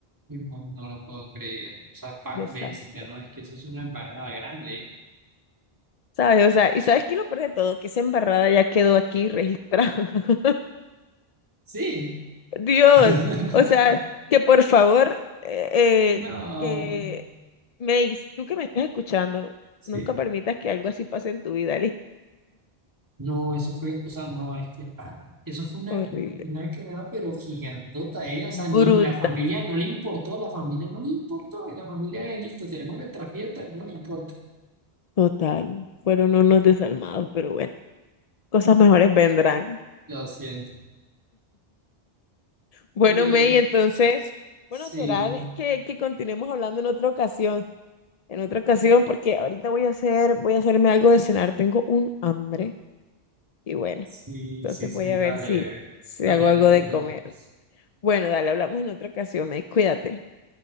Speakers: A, on the right (about 20°); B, on the left (about 50°).
A: Tipo, no lo puedo creer. O sea, pa
B: Desastre.
A: bestia, ¿no? Es que eso es una embarrada grande. ¿eh?
B: ¿Sabes? O sea, ¿y sabes qué es lo peor de todo? Que esa embarrada ya quedó aquí registrada. <laughs>
A: Sí.
B: Dios,
A: <laughs>
B: o sea, que por favor, eh,
A: No.
B: eh, que Mace, tú que me estás escuchando,
A: Sí.
B: nunca permitas que algo así pase en tu vida, <laughs> ¿listo?
A: No, eso fue, o sea, no, es que pa, eso fue una,
B: Horrible.
A: una cagada, pero gigantota, ¿eh? O sea,
B: brutal.
A: ni la familia no le importó, la familia no le importó, y la familia de listo, tenemos nuestra fiesta, no nos importa.
B: Total. Fueron unos desalmados, pero bueno, cosas mejores vendrán.
A: Lo siento.
B: Bueno,
A: Oye,
B: May, entonces, bueno,
A: sí,
B: será que, que continuemos hablando en otra ocasión, en otra ocasión, porque ahorita voy a hacer, voy a hacerme algo de cenar, tengo un hambre y bueno,
A: sí,
B: entonces
A: sí, sí,
B: voy a
A: dale,
B: ver si,
A: bebé.
B: si
A: Dale,
B: hago algo
A: no te
B: de
A: preocupes.
B: comer. Bueno, dale, hablamos en otra ocasión, May, cuídate.